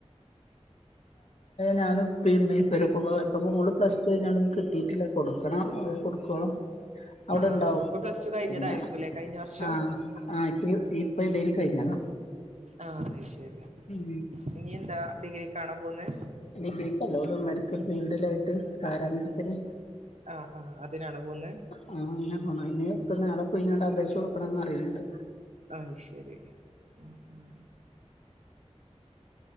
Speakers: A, on the left; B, on the right.
A: ഞാനും ഇപ്പി ഇമ്മി ഇപ്പ മോള് പ്ലസ് ടു കഴിഞ്ഞാലും കിട്ടിയിട്ടില്ല കൊടുക്കണം അ കൊടുക്കുവളോ അവിടെണ്ടാവും
B: ആ ആ അപ്പൊ പ്ലസ് ടു കഴിഞ്ഞതായിരിക്കുംല്ലേ
A: പിന്നെ
B: കഴിഞ്ഞ വർഷം
A: ആഹ് ആ ഇപ്പ ഇപ്പൊ ഇതേൽ കഴിഞ്ഞതാ
B: ആഹ് അത്ശരി
A: ഉം
B: ഇനി എന്താ ഡിഗ്രി കാണാ പോന്ന്
A: ഡിഗ്രിക്ക്ല്ലോളും മെഡിക്കൽ ഫീൽഡിലായിട്ട് പാരാമെഡിക്കല്
B: ആഹ് ആഹ് അതിനാണ് പോന്ന്
A: ആ് അതിനെ പോ ഇനിപ്പ നാളെപ്പോയി ഇങ്ങളുടെ അപേക്ഷ കൊടുക്കണംന്ന് അറിയണ്ട്
B: അയ്ഷരി ഉം ഉം